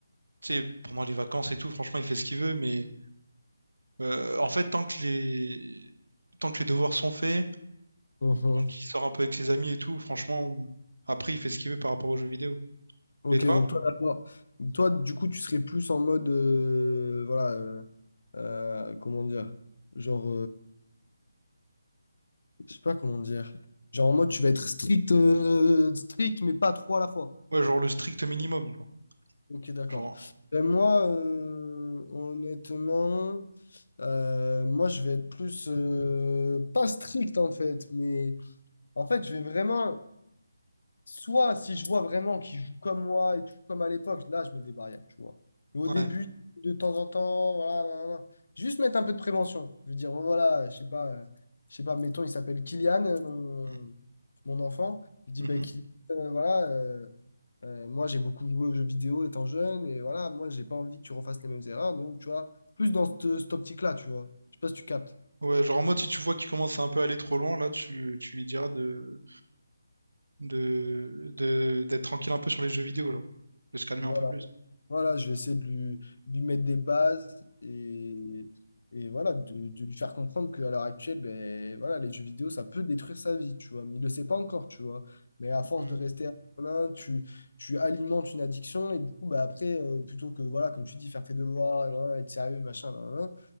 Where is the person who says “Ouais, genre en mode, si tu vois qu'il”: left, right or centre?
Right